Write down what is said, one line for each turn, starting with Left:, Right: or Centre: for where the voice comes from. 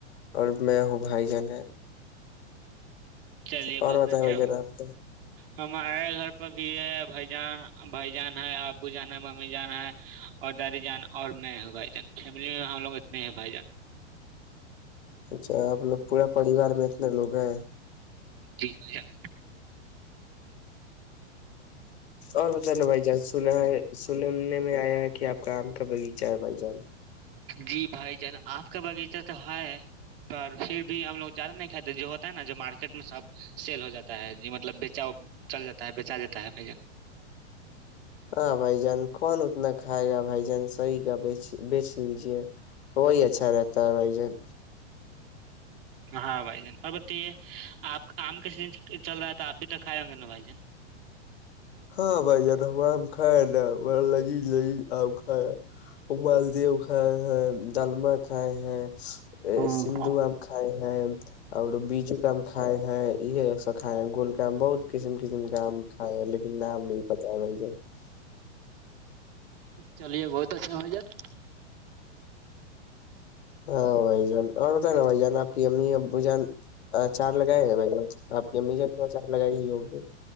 Left: اور میں ہوں بھائی جان ہے
Right: چلیے
Left: اور
Right: بہت
Left: بتائیں
Right: اچھا
Left: بھ ج نے آپ کے
Right: ہمارے گھر پہ بھی ہے بھائی جان بھائی جان ہے ابو جانا ہے ممی جانا ہے اور دادی جانا اور میں ہوں بھائی جان فیملی میں ہم لوگ اتنے ہیں بھائی جان
Left: اچھا ملوگ پورے پریوار میں اتنے لوگ ہیں
Right: جی بھائی جان
Left: اور بت نا بھائی جان سنا ہے سننے میں آیا ہے کہ آ کا آم کا بغیچہ ہے بھائی جان
Right: جی بھائی جان آپ کا باغیچہ تو ہے پر پھر بھی ہم لوگ زیادہ نہیں کھاتے جو ہوتا ہے نا جو مارکیٹ میں سب سیل ہو جاتا ہے جی م مطلب بیچا چل جاتا ہے بیچا جاتا ہے بھ
Left: ہاں بھائی جان کون اتنا کھائے گا بھائی جان صحی کا بی بیچ دیجیے وہی اچھا رہتا ہے بھائی جان
Right: ہاں بھائی جان اور بتائیے آپ آم کے س چل رہا ہے تو آپ بھی توک کھائے ہوں گے نا بھائی جان
Left: ہاں بھائی جان ہم ہم کائے نا با لذیذ لذیذ آ کائے وہ مالدیو کھائے ہیں ڈالم کھائے ہیں
Right: ہاں
Left: سندو آم کائے اور بیجو کام کائے ہیں یہ سا کائے گول بہت کسم کسم کام کائے نہیں پتا بائی
Right: چلیے بہت اچھا ہو جان
Left: ہاں بھائی جان اور بت نا بھائی جان آپ کی امی ابو جان چار لگائے ہیں بھائی جان آپ کی امی جان تھوڑا چار لگائی ہی ہوگی